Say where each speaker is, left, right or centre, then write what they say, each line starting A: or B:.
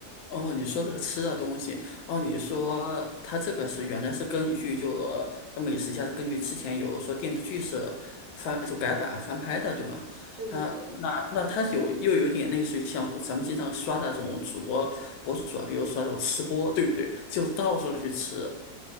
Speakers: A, on the left; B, on the right.
A: 哦，你说这个吃的东西，哦，你说它这个是原来是根据就呃它美食家是根据之前有说电视剧是翻就改版翻拍的，对吗？
B: 对对对
A: 它那那它有又有点类似于像咱们经常刷那种主播博主啊，比如说那种吃播，对不对？就到处去吃，